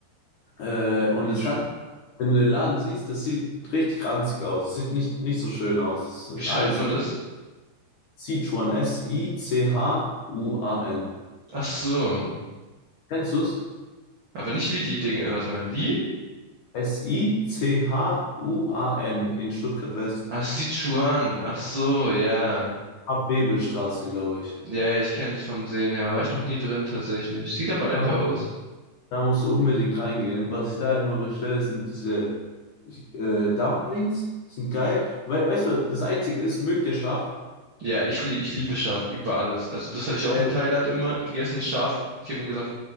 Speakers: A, on the left; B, on the right.
A: Äh, und
B: Sieht
A: es
B: schon.
A: hat, wenn du den Laden siehst, das sieht richtig ranzig aus. Es sieht nicht, nicht so schön aus. Es
B: Wie
A: ist
B: schreibt
A: alles
B: man das?
A: Sichuan, S-I-C-H-U-A-N.
B: Ach so.
A: Kennst du's?
B: Aber nicht wie die Dinge. Warte mal, wie?
A: S-I-C-H-U-A-N in Stuttgart-West.
B: Ach, Sichuan. Ach so, ja.
A: Abbebelstraße, glaube ich.
B: Ja, ja, ich kenn's vom Sehen her. War ich noch nie drin tatsächlich. Sieht aber lecker
A: Da, mu-
B: aus.
A: da musst du unbedingt reingehen. Was ich da immer bestelle, sind diese äh, Dumplings. Sind geil. We weißt du, das Einzige ist, mögt ihr scharf?
B: Ja, ich, lie- ich liebe scharf über alles. Also das habe ich auch
A: Weil,
B: in Thailand immer gegessen, scharf. Ich habe ihm gesagt,